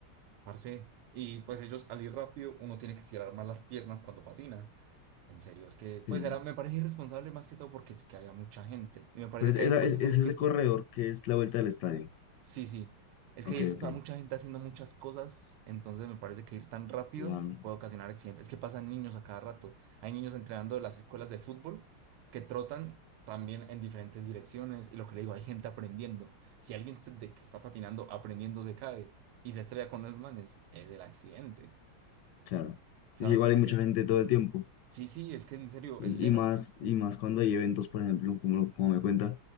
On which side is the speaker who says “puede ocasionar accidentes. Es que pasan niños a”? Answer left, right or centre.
Right